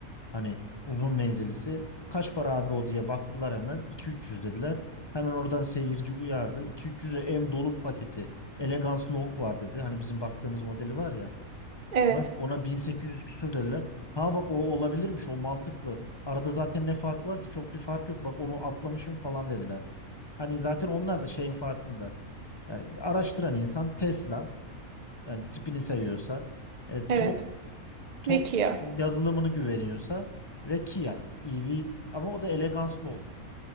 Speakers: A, on the left; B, on the right.
A: Hani uzun menzilisi. Kaç para abi o diye baktılar hemen. iki üç yüz dediler. Hemen oradan seyirci uyardı. iki üç yüz'e ev dolu paketi. Elegance Long var dedi. Hani bizim baktığımız modeli var ya.
B: Evet.
A: Ona, ona 1800 küsür dediler. Ha bak o olabilirmiş. O mantıklı. Arada zaten ne fark var ki? Çok bir fark yok. Bak onu atlamışım falan dediler. Hani zaten onlar da şeyin farkında. Yani araştıran insan Tesla. Yani tipini seviyorsa. E,
B: Evet.
A: Toz Tok
B: Peki ya.
A: yazılımını güveniyorsa ve Kia EV ama o da eleganslı oldu.